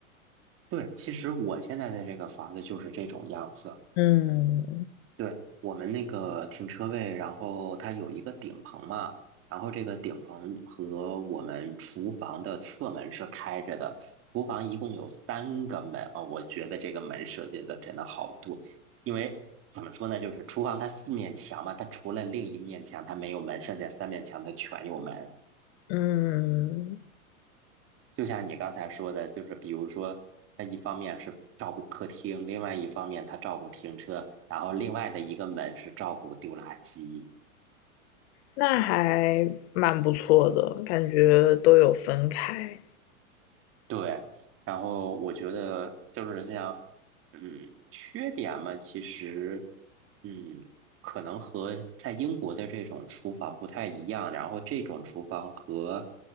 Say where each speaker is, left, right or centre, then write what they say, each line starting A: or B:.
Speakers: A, on the right; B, on the left.
A: 对，其实我现在的这个房子就是这种样子。
B: 嗯
A: 对，我们那个停车位，然后它有一个顶棚嘛，然后这个顶棚和我们厨房的侧门是开着的。厨房一共有三个门啊，我觉得这个门设计的真的好多，因为怎么说呢，就是厨房它四面墙嘛，它除了另一面墙它没有门，剩下三面墙它全有门。
B: 嗯，
A: 就像你刚才说的，就是比如说，它一方面是照顾客厅，另外一方面它照顾停车，然后另外的一个门是照顾丢垃圾。
B: 那还蛮不错的，感觉都有分开。
A: 对，然后我觉得就是像，嗯，缺点嘛，其实，嗯，可能和在英国的这种厨房不太一样，然后这种厨房和